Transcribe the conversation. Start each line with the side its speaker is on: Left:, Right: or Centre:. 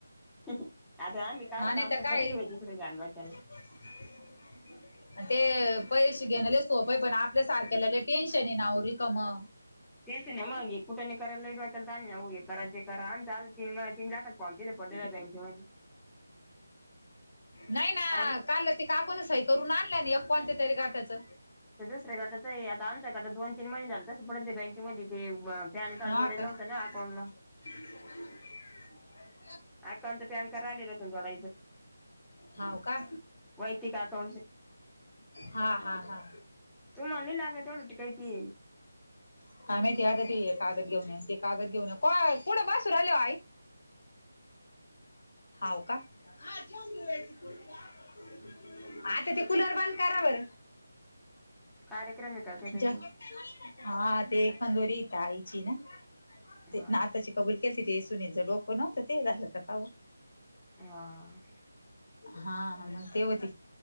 Centre: ह ह आता आम्ही काढलं
Left: हा नाही
Centre: तर आमचं
Left: काय
Centre: पडेल होय तिकडे <unintelligible> गाडवा त्याला.
Left: <inaudible> ते पैसे घेण लय सोपय पण आपल्या सारखेला लय टेन्शन आहे ना आव रिकामं.
Centre: तेच ना मग. कुठाने करायला लय होक्याला ताण हाय अहो हे करा ते करा आमच अजून तीन पावणेतीन लाखाच फॉम तिथं पडलेलाय बँकेमध्ये.
Left: नाही ना.
Centre: आमचं
Left: काल ते काकु न सही करून आणल्या न एक कोण त्या तरी गटाच. ते
Centre: ते दुसऱ्या गटाच हाये आता आमच्या गटात दोन तीन महिने झाले तस पडल ते बँकेमध्ये ते मग पॅन कार्ड
Left: हा
Centre: जोडीला
Left: का
Centre: होत ना अकाउंट ला.
Left: <inaudible>
Centre: अकाउंटच पॅन कार्ड राहिलेलं होत ना जोडायच
Left: हाव का
Centre: वैयक्तिक अकाउंटच.
Left: हा हा हा.
Centre: तुम्हाला नाही लागत तेवढं ते काय ती.
Left: ते आम्ही ते आता ते- कागद घेऊन या ते कागद घेऊन या कुठं बसून राहिल्या ओ आई? हाव का? <unintelligible> आत्या ते कुलर बंद करा बर.
Centre: कार्यक्रम आहे का काय त्यांच्यावर
Left: जा हा ते तंदोरी हिथ आईची ना
Centre: हा
Left: ते नाथाची कबूल केलतं ते सुनीलचं डोकं नव्हतं ते हे झालतं का तवा.
Centre: हा हा हा.
Left: हा हा मग ते होते.